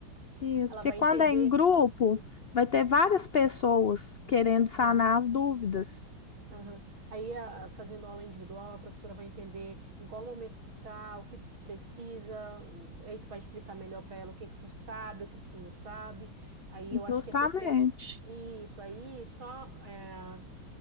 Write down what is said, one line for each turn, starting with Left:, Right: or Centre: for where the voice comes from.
Left: Isso,
Right: Ela
Left: porque
Right: vai
Left: quando
Right: entender.
Left: é em grupo, vai ter várias pessoas querendo sanar
Right: É.
Left: as dúvidas.
Right: aham. Aí, a- fazendo aula individual, a professora vai entender em qual momento tu tá, o que que tu precisa, o- aí tu vai explicar melhor para ela o que que tu sabe, o que que tu não sabe. Aí eu acho
Left: Justamente.
Right: que é perfeito. Isso aí, só é,